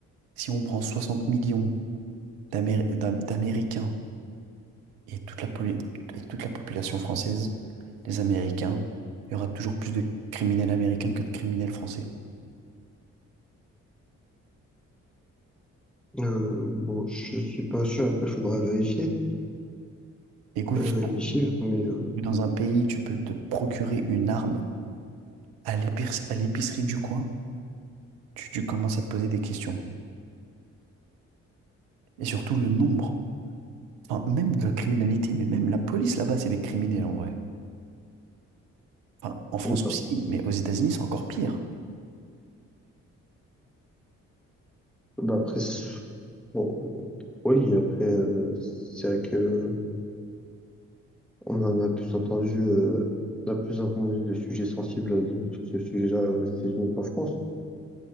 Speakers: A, on the right; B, in the centre.
A: Si on prend 60 millions d'Améri- d'Am- d'Américains et toute la, poli- et toute la population française, les Américains, il y aura toujours plus de criminels américains que de criminels français.
B: euh, bon, je suis pas sûr, après il faudra vérifier
A: Écoute,
B: euh, les chiffres, mais euh,
A: dans un pays, tu peux te procurer une arme à l'épic- à l'épicerie du coin, tu, tu commences à te poser des questions. Et surtout le nombre, enfin, même de la criminalité, mais même la police là-bas, c'est des criminels en vrai. Enfin, en France
B: bah,
A: aussi, mais aux États-Unis, c'est encore pire.
B: bah, après, c'est- bon, oui, après, euh, c'est vrai que on en a plus entendu, euh, on a plus entendu de sujets sensibles euh, sur ce sujet-là aux États-Unis qu'en France.